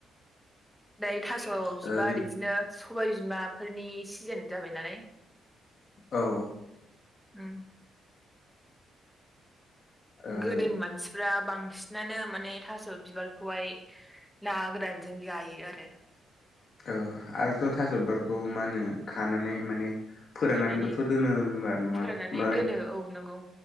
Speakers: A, in the centre; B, on the left.
A: दायो थास'
B: औ
A: बिबार बिदिनो सबाय बिमाफोरनि सिजोन जाबाय नालाय।
B: औ औ
A: उम
B: औ
A: गोदो मानसिफ्रा बांसिनानो माने थास' बिबारखौहाय ना गोरानजों जायो आरो।
B: औ आरोथ' थास' बखौ मा होनो खानानै माने फोराननानैबोथ'
A: खानानै
B: दोनो होनबा नङा होम
A: फोराननानै दोनो औ नंगौ